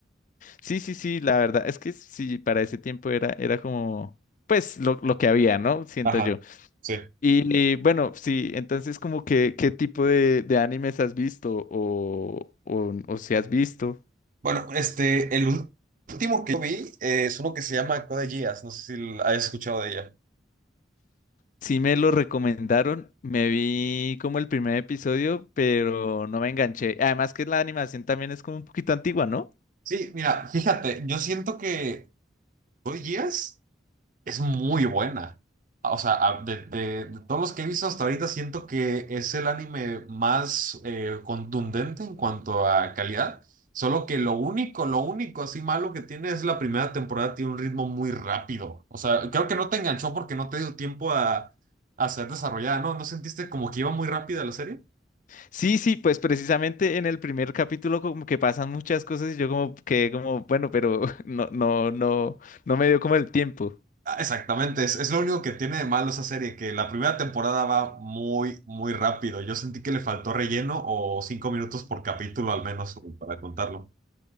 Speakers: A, on the left; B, on the right.
A: Sí, sí, sí, la verdad es que sí, para ese tiempo era, era como, pues lo, lo que había, ¿no? Siento
B: Ajá,
A: yo.
B: sí.
A: Y bueno, sí, entonces como que, ¿qué tipo de, de animes has visto o, o, o si has visto?
B: Bueno, este, el ul- último que yo vi eh, es uno que se llama Code Geass, no sé si l- hayas escuchado de ella.
A: Sí me lo recomendaron, me vi como el primer episodio, pero no me enganché. Además que la animación también es como un poquito antigua, ¿no?
B: Sí, mira, fíjate, yo siento que... ¿Code Geass? Es muy buena. O sea, a- de, de- de todos los que he visto hasta ahorita, siento que es el anime más eh, contundente en cuanto a calidad. Solo que lo único, lo único así malo que tiene es la primera temporada, tiene un ritmo muy rápido. O sea, creo que no te enganchó porque no te dio tiempo a, a ser desarrollada, ¿no? ¿No sentiste como que iba muy rápida la serie?
A: Sí, sí, pues precisamente en el primer capítulo como que pasan muchas cosas y yo como que como, bueno, pero <laughs> no, no, no, no me dio como el tiempo.
B: Ah, Exactamente, es, es lo único que tiene de malo esa serie, que la primera temporada va muy, muy rápido. Yo sentí que le faltó relleno o cinco minutos por capítulo al menos como para contarlo.